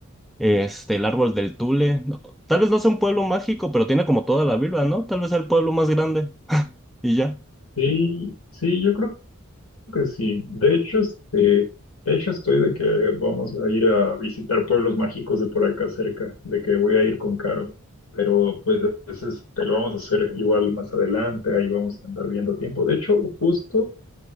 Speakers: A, in the centre; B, on the left (about 80°).
A: Este, el árbol del Tule. no, tal vez no sea un pueblo mágico, pero tiene como toda la vibra, ¿no? Tal vez sea el pueblo más grande. <laughs> Y ya.
B: sí, sí, yo creo que sí. De hecho, este, de hecho estoy de que vamos a ir a visitar pueblos mágicos de por acá cerca, de que voy a ir con Caro. Pero pues eso es- te lo vamos a hacer igual más adelante, ahí vamos a andar viendo tiempo. De hecho, justo,